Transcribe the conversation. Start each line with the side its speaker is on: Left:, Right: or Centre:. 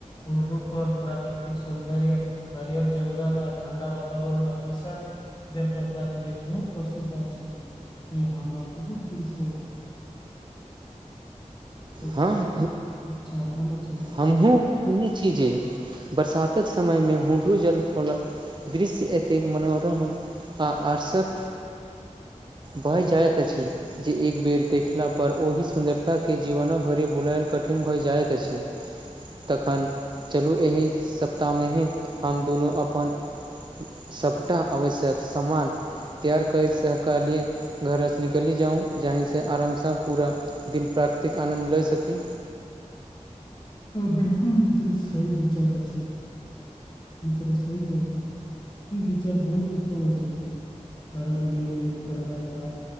Left: उुड्रू फल प्राकृतिक सौन्दर् हरहर जंगल, आ ठण्डा वातावरण, आ विशाल जल प्रपात लेल बहुत प्रसिद्ध छै से हमार बहुत दिलसे ओतय घुमय
Right: हँ,
Left: इच्छा रहल अछि मित्र
Right: हमहु ई नीक चीज अछि, बरसातक समयमे खूब जल-फलक। दृश्य एतेक मनोरम, आ अक्रशक। भऽ जाइत अछि, जे एक बेर देखलापर ओहि सुन्दरतके लेल। जीवनो भरि बुलायल, कठिन भऽ जाइत अछि। तखन चलू? एहि सप्ताहमे ही हम दुनू अपन। सपटा आवश्यक सामान त्यार कऽ सहकारी घर निकली जाउ जहिसे आरामसँ पूरा दिन प्राकृतिक आनन्द लए सकी।
Left: बिल्कूल मित्र सही विचार अछि। मित्र सहि कहलियो ई विचार बहुत उत्तम छै। कारण नियमित पढ़ाई आ